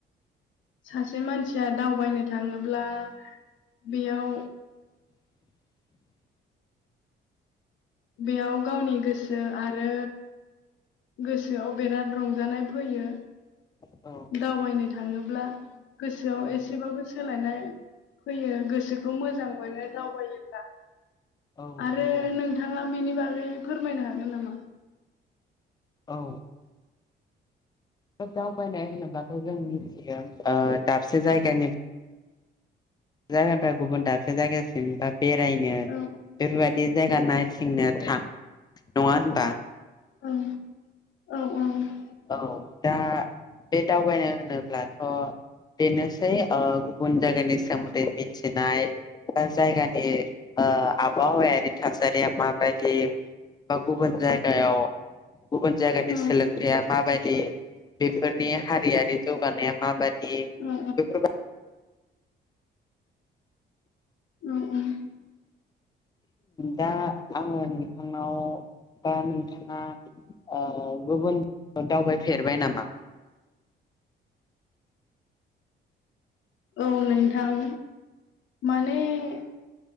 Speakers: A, on the left; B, on the left.
A: सासे मानसिया दावबायनो थाङोब्ला बेयाव
B: <inaudible>
A: बेयाव गावनि गोसो आरो गोसोआव बिराद रंजानाय फैयो।
B: औ
A: दावबायनो थाङोब्ला गोसोआव
B: औ
A: एसेबाबो सोलायनाय फैयो गोसोखौ मोजां मोनो दावबायोब्ला।
B: औ
A: आरो
B: नंगौ
A: नोंथाङा बेनि बागै फोरमायनो हागोन नामा?
B: औ! दावबायनाय होनोबाथ' जों मिथियो दाबसे जायगानि- जायगाफ्रा गुबुन दाबसे जायगासिम बा बेरायनो
A: औ
B: बेफोरबायदि जायगा नायथिं नो थां नङा होनबा?
A: औ! औ! औ!
B: औ दा बे दावबायनाय होनोब्ला- बेनोसै गुबुन जायगानि सोमोन्दै मिथिनाय बा जायगानि- बे आबहावाया थासारिया मा बादि- बा गुबुन जायगायाव- गुबुन जायगानि
A: औ
B: सोलोंथाया माबायदि बेफोरनि हारियारि जौगानाया माबायदि- ए
A: औ
B: बेफोरबादि-
A: उम - उम
B: दा आङो नोंथांनाव बा नोंथाङा- गुबुनाव दावबायफेरबाय नामा?
A: औ नोंथां माने-